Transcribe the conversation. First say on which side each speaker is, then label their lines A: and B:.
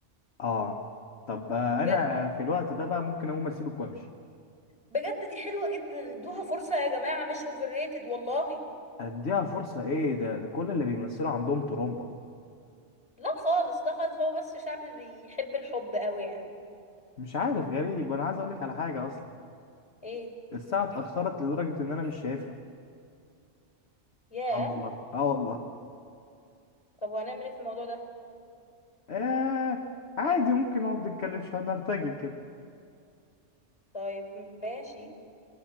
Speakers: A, on the left; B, on the left.
A: اه طب آه
B: بجد
A: انا في الوقت ده بقى ممكن اقوم اسيبك وامشي
B: بجد دي حلوة جدا ادوها فرصة يا جماعة مش اوفر ريتد والله
A: اديها فرصه ايه ده, ده كل اللي بيمثلوا عندهم ترومبا
B: لا خالص لا خالص هو بس شعبي بيحب الحب قوي يعني
A: مش عارف غريب وانا عايز اقول لك على حاجه اصلا
B: ايه
A: الساعه اتاخرت لدرجه ان انا مش شايفها
B: ياه
A: اه والله اه والله
B: طب وهنعمل ايه في الموضوع ده
A: آه عادي ممكن نقعد نتكلم شوية نرتجل كده
B: طيب ماشي